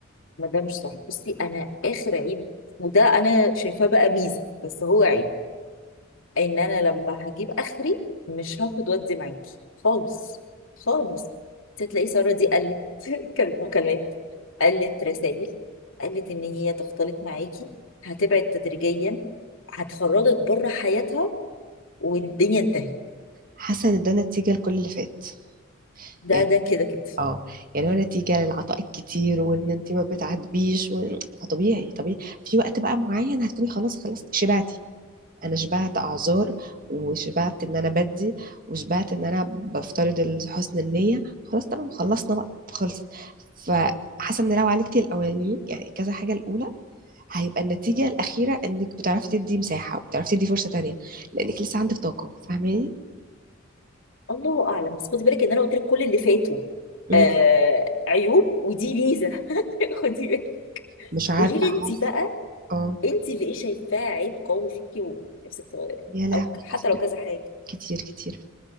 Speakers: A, on the left; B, on the right.
A: ما ده مش صح بصي انا اخر عيب وده انا شايفاه بقى ميزه بس هو عيب ان انا لما هجيب اخري مش هاخد ودي معاكي خالص خالص انت هتلاقي ساره دي قلت <laughs> كل- مكالمات قلت رسائل قلت ان هي تختلط معاكي هتبعد تدريجيا هتخرجك بره حياتها والدنيا انتهت
B: حاسه ان ده نتيجه لكل اللي فات
A: ده
B: يعني
A: ده كده كده
B: اه يعني هو نتيجه للعطاء الكتير وان انت ما بتعاتبيش وإن- فطبيعي طبيعي في وقت بقى معين هتكوني خلاص خلاص شبعتي انا شبعت اعذار وشبعت ان انا بدي وشبعت ان انا بفترض ال- حسن النيه خلاص تمام خلصنا بقى خلصت فحاسه ان لو عالجتي الاولانيين يعني كذا حاجه الاولى هيبقى النتيجه الاخيره انك بتعرفي تدي مساحه وبتعرفي تدي فرصه تانية لانك لسه عندك طاقه فاهماني
A: الله اعلم بس خدي بالك ان انا قلت لك كل اللي فاتوا
B: مم.
A: آه عيوب ودي ميزه <laughs> خدي بالك
B: مش عارفه
A: قولي لي
B: حاسه
A: انت بقى
B: اه
A: انت اللي ايه شايفاه عيب قوي فيكي ونفسك تغيريه
B: يا لهوي
A: او ك- حتى
B: كتير
A: لو كذا حاجه
B: كتير كتير